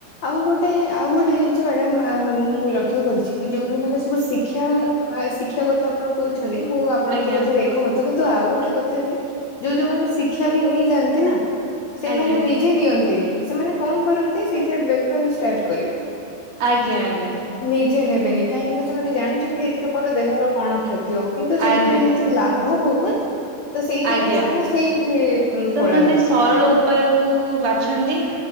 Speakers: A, on the left; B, on the right.
A: ଆଉ ଗୋଟେ ଆଉ ଗୋଟେ ଜିନିଷ ମ୍ୟାଡାମ ମୁଁ ଲକ୍ଷ୍ୟ କରିଛି କି ଯୋଉ ଯୋଉ ମାନେ ସବୁ ଶିକ୍ଷା ଶିକ୍ଷା କଥା ଆପଣ କହୁଛନ୍ତି ମୁଁ ଆପଣଙ୍କ
B: ଆଜ୍ଞା
A: କଥାରେ ଏକମତ କିନ୍ତୁ ତ ଆଉ ଗୋଟେ କଥା ବି ଯୋଉ ଯୋଉମାନେ ଶିକ୍ଷା ବି ନେଇଯାଆନ୍ତି ନା ସେମାନେ
B: ଆଜ୍ଞା
A: ନିଜେ ନିଅନ୍ତିନି ସେମାନେ କଣ କରନ୍ତି ସେଇଥିରେ ବେପାର ଷ୍ଟାର୍ଟ କରିବେ।
B: ଆଜ୍ଞା ଆଜ୍ଞା।
A: ନିଜେ କାହିଁକି ନା ସେମାନେ ଜାଣିଛନ୍ତି ଏଥିରେ ମୋର ଦେହର କଣ କ୍ଷତି ହଉ କିନ୍ତୁ ସେଥିରେ
B: ଆଜ୍ଞା
A: ଯେହେତୁ ଲାଭ ବହୁତ ତ ସେଇଥିପାଇଁ
B: ଆଜ୍ଞା
A: ସେମାନେ ସେଇଥିରେ ଉଁ,
B: ସେମାନେ
A: ପଳାନ୍ତି।
B: ସରଳ ଉପାୟ କ ବାଛନ୍ତି।